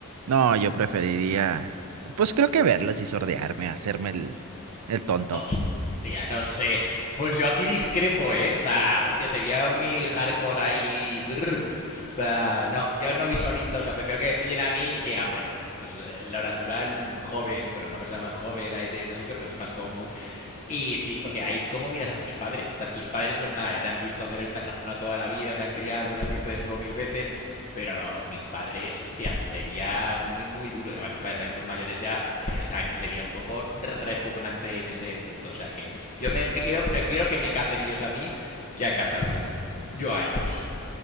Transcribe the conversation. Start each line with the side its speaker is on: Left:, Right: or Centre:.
Right: no, yo preferiría, pues creo que verlos y sordearme, hacerme el, el tonto.
Left: Hostia, no sé. Pues yo aquí discrepo, ¿eh? O sea, hostia, sería muy hardcore ahí. brr. O sea, no, yo no visualizo, o sea, prefiero que me pillen a mí y que digan, bueno, pues esto es eh, lo natural, un joven, bueno, una persona más joven ahí teniendo sexo, pues es más común. Y sí, porque ahí, ¿cómo miras a tus padres? O sea, tus padres, pues nada, ya te han visto hacer el zangano toda la vida, te han criado, te han visto desnudo mil veces, pero lo- mis padres, hostia, sería muy, muy duro. Y además mis padres también son mayores ya, pues, o sea, que sería un poco repugnante en ese punto. O sea, que yo me quedo, prefiero que me cacen ellos a mí que a cazarles yo a ellos.